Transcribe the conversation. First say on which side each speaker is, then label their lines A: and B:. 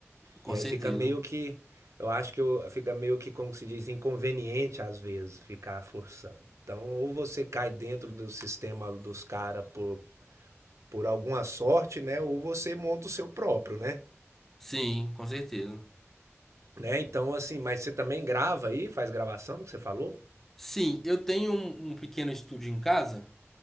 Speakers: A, in the centre; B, on the right.
A: Com
B: E aí
A: certeza.
B: fica meio que. Eu acho que eu, fica meio que, como se diz, inconveniente às vezes ficar forçando. Então, ou você cai dentro do sistema dos caras por, por alguma sorte, né? Ou você monta o seu próprio, né?
A: Sim, com certeza.
B: né? Então, assim, mas você também grava aí, faz gravação que você falou?
A: Sim, eu tenho um, um pequeno estúdio em casa